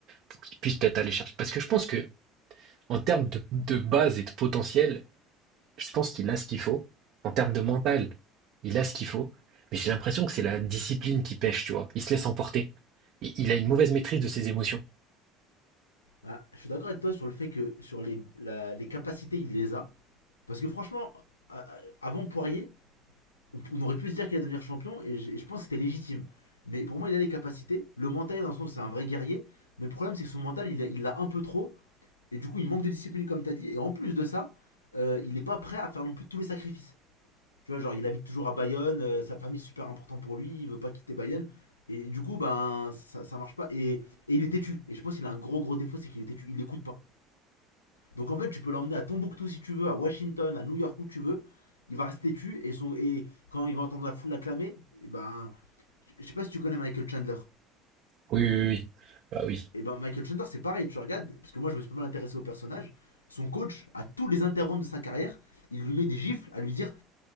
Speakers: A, on the right (about 55°); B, on the left (about 85°).
A: pour qu'il puisse peut-être aller chercher. Parce que je pense que, en termes de, de base et de potentiel, je pense qu'il a ce qu'il faut en termes de mental. Il a ce qu'il faut, mais j'ai l'impression que c'est la discipline qui pêche, tu vois. Il se laisse emporter. Il, il a une mauvaise maîtrise de ses émotions.
B: Ah, je suis d'accord avec toi sur le fait que sur les, la- les capacités, il les a. Parce que franchement, euh, avant Poirier, on, aurait pu se dire qu'il allait devenir champion et je, et je pense que c'était légitime. Mais pour moi, il a les capacités. Le mental, dans le sens, c'est un vrai guerrier. Mais le problème, c'est que son mental, il l'a il l'a un peu trop. Et du coup, il manque de discipline, comme tu as dit. Et en plus de ça, euh, il n'est pas prêt à faire non plus tous les sacrifices. Tu vois, genre, il habite toujours à Bayonne. euh, sa famille, est super importante pour lui. Il veut pas quitter Bayonne. Et du coup, ben, ça, ça marche pas. Et, et il est têtu. Et je pense qu'il a un gros, gros défaut, c'est qu'il est têtu. Il n'écoute pas. Donc en fait, tu peux l'emmener à Tombouctou si tu veux, à Washington, à New York où tu veux. Il va rester tu et, son, et quand il va entendre la foule l'acclamer, et ben, je sais pas si tu connais Michael Chandler.
A: Oui, oui, oui. Bah oui.
B: Et ben Michael Chandler, c'est pareil, tu regardes, parce que moi je me suis pas mal intéressé au personnage. Son coach, à tous les interromps de sa carrière, il lui met des gifles à lui dire